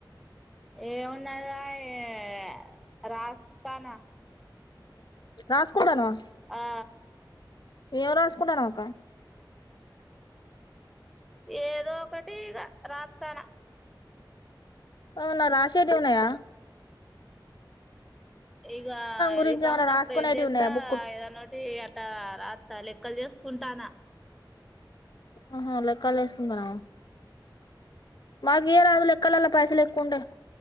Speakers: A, in the centre; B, on the left.
A: ఏమ్ ఉన్నది రా ఇగ రాస్క్ తాన
B: రాసుకుంటన్నావా
A: ఆ
B: ఏం రాసుకుంటన్నావ్ అక్క
A: ఏదో ఒకటి రా రతనా
B: అవునా రాసేది ఉన్నాయ
A: ఇగ
B: గురించి
A: ఇది కా
B: ఏమైనా
A: ఉన్నప్పుడు
B: రాసుకునేటివి
A: ఏం చెత్త
B: ఉన్నాయా బుక్కులు
A: ఏదన్న ఓటి అట్ట రాత్ త లెక్కల్ చేస్కుంటానా
B: ఆహా లెక్కల్ చేసుకుంటన్నావా మాకు ఇయరాదు లెక్కాలల్ల పైసలు ఎక్కువ ఉంటే